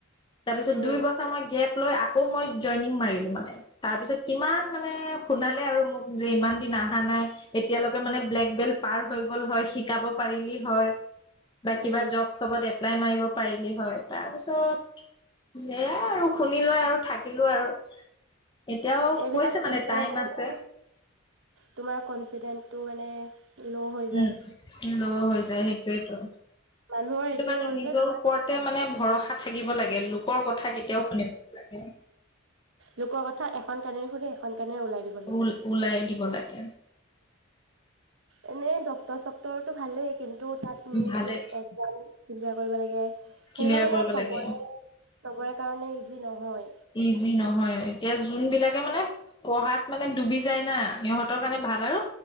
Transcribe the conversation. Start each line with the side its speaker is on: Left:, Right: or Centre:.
Left: তাৰপিছত
Right: উম,
Left: দুই বছৰ মই গেপ। লৈ আকৌ মই জইনিং মাৰিলো মানে। তাৰপিছত কিমান। ম শুনালে আৰু মোক যে ইমান দিন অহা নাই এতিয়ালৈকে মানে ব্লেক বেল্ট পাৰ হৈ গল হয় শিকাব পাৰিলি হয়। বা
Right: উম,
Left: কিবা জব চবত। লাই মাৰিব পাৰিলি হয় তাৰপিছত এয়াই আৰু শুনিলো আৰু থাকিলো আৰু। এতিয়াও।
Right: সাক
Left: কৈছে
Right: মানে
Left: টাইম আছে
Right: তোমাৰ কনফিডেন্টো মানে? ল' হৈ যায়।
Left: উম উম হৈ যায় সেইটোয়েতো?
Right: মানুহৰ
Left: সেইটো
Right: এইটোয়ে
Left: কাৰণে
Right: গ'ল
Left: নিজৰ
Right: যে তোমাক
Left: ওপৰতে মানে। ভৰসা থাকিব লাগে লোক। কথা কেতিয়াও শুনিব নালাগে?
Right: লোকৰ <unintelligible> দিব লাগিব।
Left: উল ওলাই দিব লাগে।
Right: এনেই ডক্টৰ চক্তৰটো ভালেই কিন্তু। দু তাত নপ
Left: ভালে
Right: একজামতোত। <inaudible> কৰিব লাগে সেইবিলাক
Left: ক্লিয়াৰ
Right: মানে
Left: কৰিব
Right: চবৰে
Left: লাগে
Right: চবৰে কাৰণে। আজি নহয়।
Left: ইজি নহয় এতিয়া যোনবিলাকে মানে পঢ়াত মানে ডুবি যায় না সিহঁতৰ কাৰণে ভাল আৰু